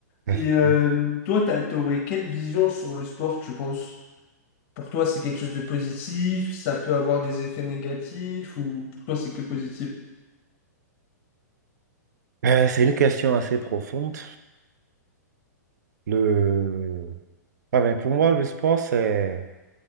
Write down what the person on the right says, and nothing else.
<laughs>
Euh, c'est une question assez profonde. Le Ah ben, pour moi, le sport, c'est,